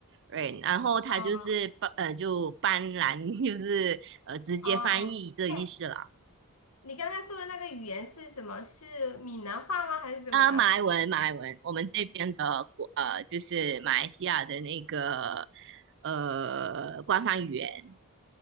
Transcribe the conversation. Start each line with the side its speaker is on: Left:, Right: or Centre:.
Right: 对，然后它就是斑呃，
Left: 哦
Right: 就斑兰，<laughs> 就是呃，直接翻译的意思啦。
Left: 哦，哎，你刚才说的那个语言是什么？是闽南话吗？还是怎么的？
Right: 啊，马来文，马来文，我们这边的国，呃，就是马来西亚的那个呃官方语言